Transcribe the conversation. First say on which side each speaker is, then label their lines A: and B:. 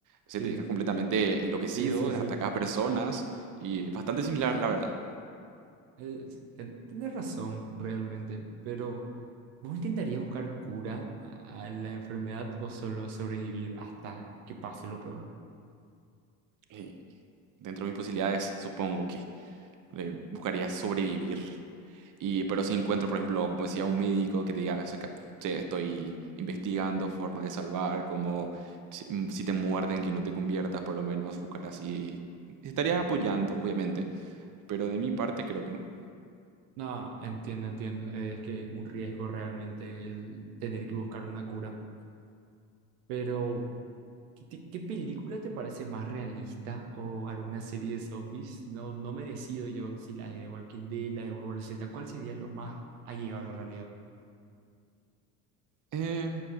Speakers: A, on the right (about 45°); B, on the right (about 80°).
A: se
B: Sí,
A: te deja completamente enloquecido,
B: sí, sí, sí.
A: ataca a personas y bastante similar, la verdad.
B: Es- ten- tenés razón realmente, pero ¿vos intentarías buscar cura a a la enfermedad o solo sobrevivir hasta que pase lo peor?
A: Eh, dentro de mis posibilidades, supongo que eh, buscaría sobrevivir. Y, pero si encuentro, por ejemplo, como decía, un médico que te diga, "Sé que- che, estoy investigando formas de salvar, como si, mm, si te muerden, que no te conviertas, por lo menos buscar así. Estaría apoyando, obviamente, pero de mi parte creo que no.
B: No, entiendo, entiendo. Es que es un riesgo realmente el tener que buscar una cura. Pero, ¿qué, te- qué película te parece más realista o alguna serie de zombies? No, no me decido yo si la de Walking Dead, la de World Z, ¿cuál sería lo más allegado a la realidad?
A: Eh,